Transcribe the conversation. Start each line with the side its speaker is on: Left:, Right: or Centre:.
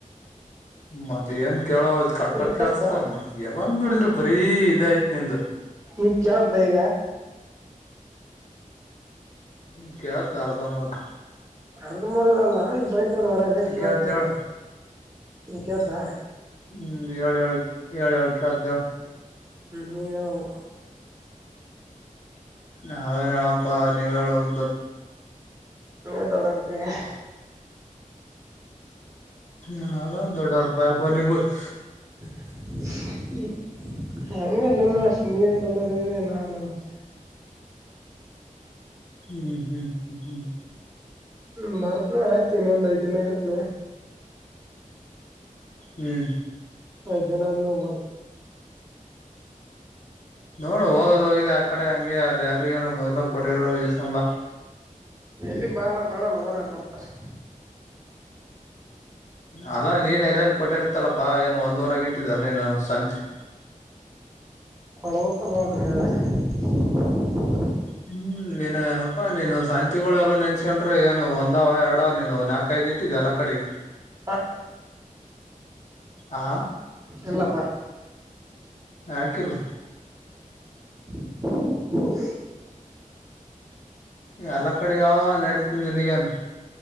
Left: ಮತ್ತ ಏನ್ ಕೇಳೋ ಕಟ್ ಕಟ್
Right: ಕೇಳಸ್ದ
Left: ಕೆಲ್ಸುತ್ತೆ ಯಾವಾಗ ನೋಡಿದ್ರು ಬರೀ ಇದೇ ಆಯ್ತ್ ನಿಂದು
Right: <unintelligible> ಈಗ
Left: ಹ್ಮ್ ಕೇಳುತ್ತೆ ಅರ್ಧಬಾರ್ದ
Right: ಅರ್ದಬರ್ದಲ್ಲ ಈ ಬಂದ್ ನೋಡ ಹೊರಗೆ ಕೇಳತಲ್ಲ
Left: ಕೇಳ್ತ ಹೇಳ
Right: <inaudible> ಈಗ ಕೇಳ್ತ
Left: ಹ್ಮ್ ಹೇಳ್ ಹೇಳು ಕೇಳುತ್ತೆ ಹೇಳು
Right: ಹ್ಮ್ ನೀನ್ ಹೇಳ್ಬೇಕು
Left: ನಾವೇನ್ ಹೇಳಪ ನೀವೇ ಹೇಳಬೇಕು
Right: ನೀವು ದೊಡ್ಡೋರಪ್ಪ ಹೇಳಿ
Left: ನಾವು ದೊಡ್ಡರಪ್ಪ <unintelligible>
Right: ಹ್ಮ ಹಂಗಲ್ಲಮ್ಮ ಅಷ್ಟೆ ನೀವೇ ದೊಡ್ಡದ ನಾ ಅಷ್ಟೆ
Left: ಹ್ಮ್ ಹ್ಮ್ ಹ್ಮ್ ಹ್ಮ್
Right: ಹ್ಮ ಬರ್ತ್ನ ಆಯ್ತ ಇನ ಒಂದ್ ಐದ್ ದಿನ ಇರ್ತ್ನ
Left: ಹ್ಮ್
Right: ಐದು ದಿನ ಆದ್ಮಾಗ್ ಬರ್ತ
Left: ನೋಡು ಹೋಗೋದ್ ಹೋಗಿದೆ ಆ ಕಡೆ ಹಂಗೆ ಅಲ್ಲಿ ಯಾರಿಗೇನ ಬಲ ಕೊಟಿಗ ಇಸ್ಕೊಂಡ್ ಬಾ
Right: ಇ ಭಾ ನಾ ಕಡಲು ಹಊರ ಕೊಡ್ತಾರೆ
Left: ಅಲ್ಲಾ ನೀನ್ ಎಲ್ಲನ್ ಕೊಟ್ಟಿರ್ತಲ್ಲಪ್ಪಾ ಏನು ಒಂದವರಗೆ ಇಟ್ಟಿದಾರ ನೀನು ಸಂತಿ
Right: <unintelligible>
Left: ಹ್ಮ್ ನೀನ ಅಪ್ಪಾ ನೀನು ಶಾಂತಿಗಳೆಲ್ಲ ನೆನ್ಸ್ಕೊಂಡ್ರ ಏನು ಒಂದವ ಎರಡವ ನೀನು ನಾಕೈ ಇಟ್ಟಿದ್ದ ಎಲ್ಲ ಕಡೆ
Right: ಹಾ
Left: ಆ
Right: ಎಲ್ಲಪ್ಪಾ
Left: ಹಾಕಿಲ್ಲ
Right: <inaudible>
Left: ಎಲ್ಲ ಕಡೆಗ ಅವಾವ ನಡೀತನ್ಗನ್